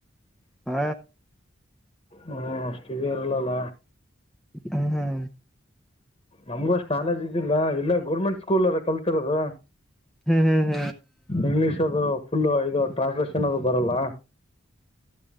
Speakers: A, in the centre; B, on the left.
A: ಹಾ
B: ಹ್ಮಅಷ್ಟಿಗೆೇ ಇರಲಲ್ಲ
A: ಹ್ಮ್ ಹ್ಮ್
B: ನಮ್ಗ ಅಷ್ಟ್ ನಾಲೇಜ್ ಇದ್ದಿಲ್ಲ ಎಲ್ಲ ಗೋರ್ಮೆಂಟ್ ಸ್ಕೂಲ್ರ ಕಲ್ತರದ
A: ಹ್ಮ್ ಹ್ಮ್ ಹ್ಮ
B: ಇಂಗ್ಲಿಷ್ ಅದು ಫುಲ್ ಇದು ಟ್ರಾನ್ಸ್ಲೇಷನ್ ಅದು ಬರಲ್ಲ